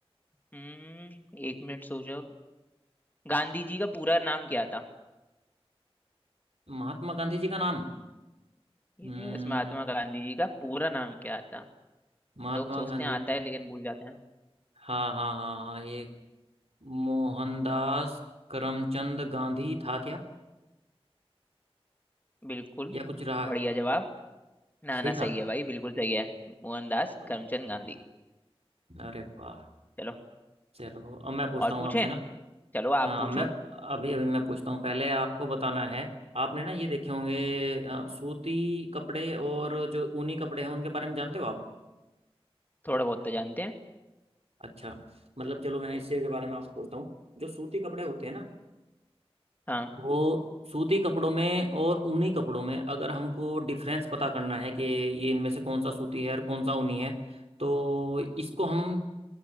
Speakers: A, on the left (about 15°); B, on the right (about 80°).
A: हम्म एक मिनट सोचो गांधी जी का पूरा नाम क्या था
B: महात्मा गांधी जी का नाम
A: यस
B: हम्म
A: महात्मा गांधी जी का पूरा नाम क्या था
B: महात्मा
A: लोग सोचते
B: गांधी
A: हैं आता है लेकिन भूल जाते हैं
B: हाँ हाँ हाँ हाँ ये मोहनदास करमचंद गांधी था क्या
A: बिल्कुल
B: या कुछ रहा
A: बढ़िया
B: है
A: जवाब ना
B: सही
A: ना सही
B: था
A: है भाई बिल्कुल सही है मोहनदास
B: ओके
A: करमचंद गांधी
B: अरे वाह
A: चलो
B: चलो अब मैं पूछता
A: और
B: हूँ
A: पूछें
B: आपसे ना
A: चलो आप
B: अ,
A: पूछो
B: मैं अभी अभी मैं पूछता हूँ पहले आपको बताना है आपने ना ये देखे होंगे अ, सूती कपड़े और जो ऊनी कपड़े हैं उनके बारे में जानते हो आप
A: थोड़ा बहुत तो जानते हैं
B: अच्छा मतलब चलो मैं इसी के बारे में आपसे पूछता हूँ जो सूती कपड़े होते हैं ना
A: हाँ
B: वो सूती कपड़ों में और ऊनी कपड़ों में अगर हमको डिफरेंस पता करना है कि ये इनमें से कौन सा सूती है और कौन सा ऊनी है तो इसको हम